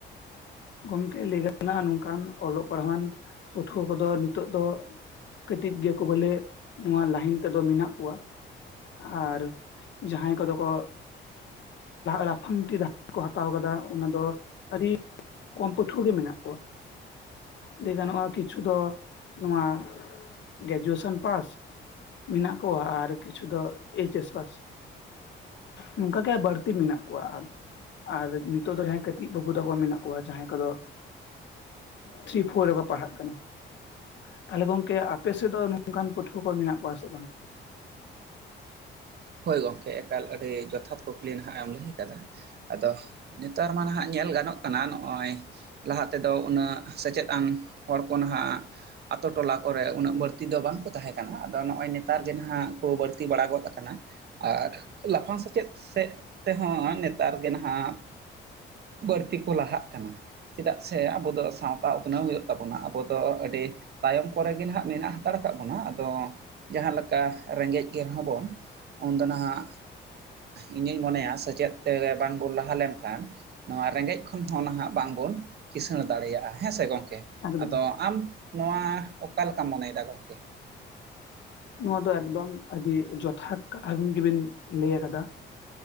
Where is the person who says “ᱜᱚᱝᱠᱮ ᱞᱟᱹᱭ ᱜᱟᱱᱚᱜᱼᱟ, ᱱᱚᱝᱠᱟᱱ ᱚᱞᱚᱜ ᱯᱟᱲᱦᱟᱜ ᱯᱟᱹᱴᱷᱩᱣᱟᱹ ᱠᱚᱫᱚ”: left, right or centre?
Left